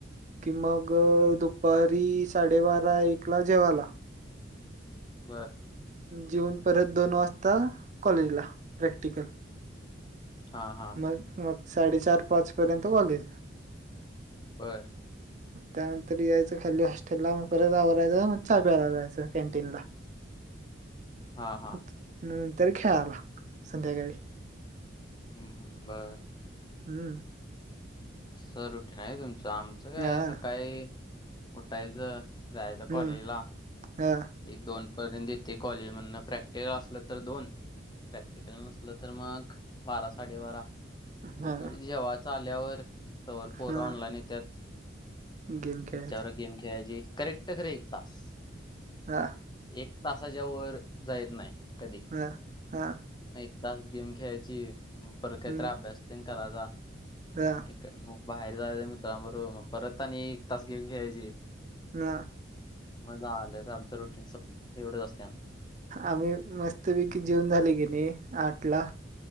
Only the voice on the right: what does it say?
कि मग दुपारी साडेबारा एक ला जेवाला
जेऊन परत दोन वाजता कॉलेजला प्रॅक्टिकल
मग मग साडेचार पाच पर्यंत कॉलेज.
त्यानंतर यायचं खाली हॉस्टेलला, परत आवरायचं मग चा प्याला जायचं कॅन्टीन ला.
हम्म. तर खेळाला, संध्याकाळी.
हम्म.
हा
हम्म
हा
हा
हा
गेम खेळायचे.
हा.
अ, अ,
हं,
अ,
म.
आम्ही मस्त विकी जेवून झाली की नाही, आठ ला